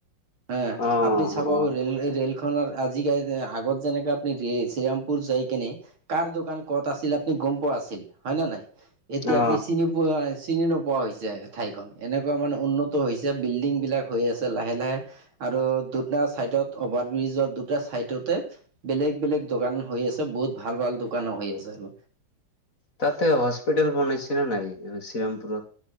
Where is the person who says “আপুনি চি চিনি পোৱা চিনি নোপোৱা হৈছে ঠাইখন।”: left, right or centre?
Right